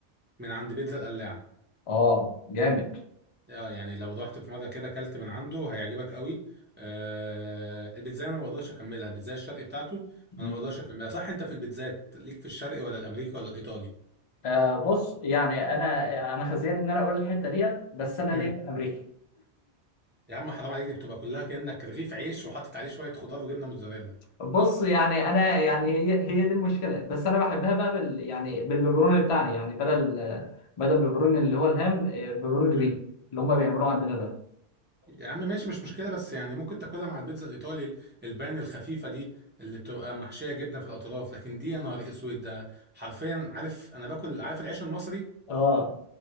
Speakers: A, on the right; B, on the left.
A: من عند بيتزا القلاع
B: اه جامد
A: اه يعني لو رحت في مره كده اكلت من عنده هيعجبك قوي آه البيتزا انا ما بقدرش اكملها البيتزا الشرقي بتاعته
B: مم.
A: انا ما بقدرش اكملها صح انت في البيتزات ليك في الشرقي ولا الامريكي ولا الايطالي
B: آه بص يعني أنا أنا خزيان إن أنا أقول الحتة ديت بس أنا
A: امم
B: ليه في أمريكا
A: يا عم حرام عليك دي بتبقى كلها كانك رغيف عيش وحاطط عليه شويه خضار وجبنه موتزاريلا
B: بص يعني انا يعني هي هي دي المشكله بس انا بحبها بقى بال يعني بالبيبروني بتاعنا يعني بدل بدل البيبروني اللي هو الهام آه، بيبروني
A: امم
B: بيتو اللي هم بيعملوه عندنا ده
A: يا عم ماشي مش مشكله بس يعني ممكن تاكلها مع البيتزا الايطالي البان الخفيفه دي اللي بتبقى محشيه جبنه في الاطراف لكن دي يا نهار اسود ده حرفيا عارف انا باكل عارف العيش المصري
B: اه